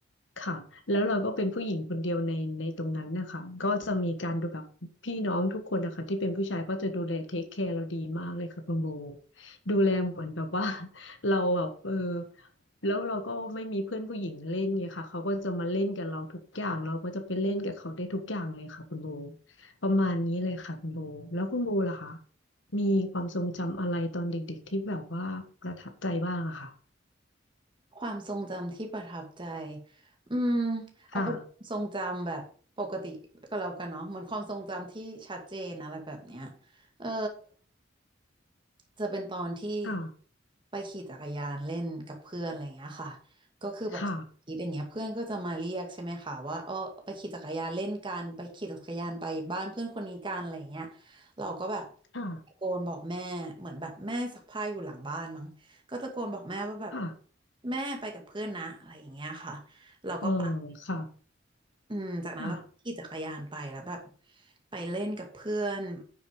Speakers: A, on the left; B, on the right.
A: ค่ะแล้วเราก็เป็นผู้หญิงคนเดียวในในตรงนั้นนะคะก็จะมีการดูแบบพี่น้องทุกคนนะคะที่เป็นผู้ชายก็จะดูแลเทคแคร์เราดีมากเลยค่ะคุณโบดูแลเหมือนแบบว่า <laughs> เราแบบเออแล้วเราก็ไม่มีเพื่อนผู้หญิงเล่นไงค่ะเขาก็จะมาเล่นกับเราทุกอย่างเราก็จะไปเล่นกับเขาได้ทุกอย่างเลยค่ะคุณโบประมาณนี้เลยค่ะคุณโบแล้วคุณโบล่ะคะมีความทรงจำอะไรตอนเด็กๆที่แบบว่าประทับใจบ้างอะค่ะ
B: ความทรงจำที่ประทับใจอืมเอาเป็นความทรงจำแบบปกติก็แล้วกันเนาะเหมือนความทรงจำที่ชัดเจนอะไรแบบเนี้ย
A: ค่ะ
B: เออจะเป็นตอนที่
A: ค่ะ
B: ไปขี่จักรยานเล่นกับเพื่อนอะไรอย่างเงี้ยค่ะก็คือแบบคิดอย่างเงี้ยเพื่อนก็จะมาเรียกใช่ไหมคะว่าเออไปขี่จักรยานเล่นกันไปขี่จักรยานไปบ้านเพื่อนคนนี้กันอะไรอย่างเงี้ย
A: ค่ะ
B: เราก็แบบ
A: ค่ะ
B: ตะโกนบอกแม่เหมือนแบบแม่ซักผ้าอยู่หลังบ้านมั้ง ก็ตะโกนบอกแม่ว่าแบบ
A: ค่ะ
B: แม่ไปกับเพื่อนนะอะไรอย่างเงี้ยค่ะเราก็ไปัด
A: เออค่ะ
B: อืมจากนั้นเราก็ขี่จักรยานไปแล้วแบบ
A: ค่ะ
B: ไปเล่นกับเพื่อน